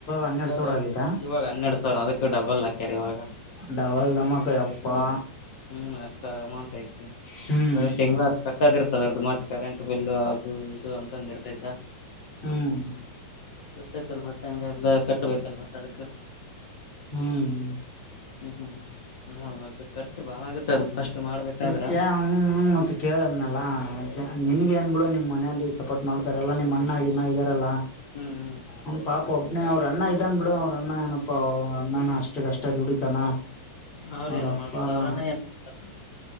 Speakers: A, on the left (about 35°); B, on the left (about 65°).
A: ಹನ್ನೆರಡ್
B: ಇವಾಗ
A: ಸಾವಿರ ಆಗೈತಾ
B: ಇವಾಗ ಹನ್ನೆರಡು ಸಾವಿರ ಅದಕ್ಕ ಡಬಲ್ ಹಾಕ್ಯಾರ ಇವಾಗ
A: ಡವಲ್ ದಮ್ಮಕ ಹಪ್ಪಾ
B: ಹ್ಮ್ ಹ್ಮ್ ಅಷ್ಟು ಅಮೌಂಟ್ ಐತೆ
A: ಹ್ಮ್
B: ಬರ ತಿಂಗಳ ಕಟ್ಟದ ಇರ್ತದರ್ದ್ದು ಮತ್ತೆ ಕರೆಂಟ್ ಬಿಲ್ ಅದು ಇದು ಅಂತಂದು ಇರ್ತೈತ
A: ಹ್ಮ್
B: ಕರ್ತೈತಲ್ ಮತ್ತೆ ಹೆಂಗ ಎಲ್ಲ ಕಟ್ಬೇಕಲ್ ಮತ್ತತ್ ಅದಕ್
A: ಹ್ಮ
B: ಹ್ಮ್ ಹ್ಮ್ ನೋಡ್ಬ ಖರ್ಚು ಬಾಳ ಆಗತ್ತ ಫಸ್ಟ್ ಮಾಡ್ಬೇಕಾದ್ರ
A: ಕ್ಕೆಮ ಮತ್ತತ್ ಕೇಳದ್ನಲ್ಲ ನಿನ್ಗೆ ಏನ್ ಬಿಡು ನಿಮ್ ಮನಲಿ ಸಪೋರ್ಟ್ ಮಾಡ್ತಾರಲ್ಲಾ ನಿಮ್ಮ್ ಅಣ್ಣ ಇಮ್ಮ ಇದಾರಲ್ಲಾ
B: ಹ್ಮ್ ಹ್ಮ್
A: ಹನ್ ಪಾಪ ಒಬ್ನನೆ ಅವ್ರ ಅಣ್ಣ ಇದನ್ ಬಿಡು ಅವ್ರ ಅಣ್ಣ ಏನಪ್ಪ ಅವ ಅಣ್ಣನ ಅಷ್ಟ ಕಷ್ಟ ಉಡಿತಾನ
B: ಅವ್ರ
A: ಅವ್ರಪ್ಪಾರ
B: ಏನ್ ಮಾಡ್ತಾರ ಅವ್ರನ್ನ ಏನ್ ಮಾಡ್ತಾರ